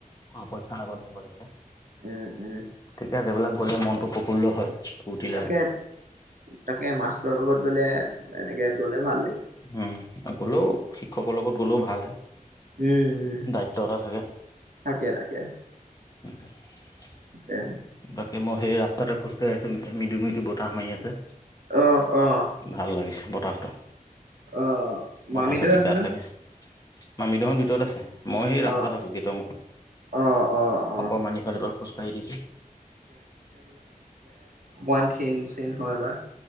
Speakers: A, on the left (about 25°); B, on the right (about 70°).
A: অ', পৰীক্ষা আগত নিব দিলে
B: উম উম
A: ঠিকে সেইবিলাকত গলে মনতটো প্ৰফুল্ল হয়। ফূৰ্তি
B: তাকে
A: লাগে
B: তাকে মাষ্টৰ লগত গ'লে এনেকে গ'লে ভাল
A: উম গ'লেও শিক্ষকৰ লগত গ'লেও ভাল হে।
B: উম উম
A: দায়িত্ব এটা থাকে।
B: তাকে তাকে
A: <unintelligible>
B: তাকে।
A: বাকী মই সেই ৰাস্তাতে খোজকাঢ়ি আছো মৃদু-মৃদু বতাহ মাৰি আছে।
B: আহ আহ।
A: ভাল লাগিছে বতাহটো।
B: অ।
A: ব'তাহ
B: মামীদেউ
A: চাতি
B: আছে
A: গাত
B: ন
A: লাগিছে মামিডহঁত ভিতৰত আছে। মই সেই ৰাস্তাত
B: অ
A: আছোঁ গেটৰ মুখত,
B: অ অ অ
A: অকণমান ইফালে ইফাল খোজকাঢ়ি দিছোঁ।
B: মই খিনচিন হয় বা।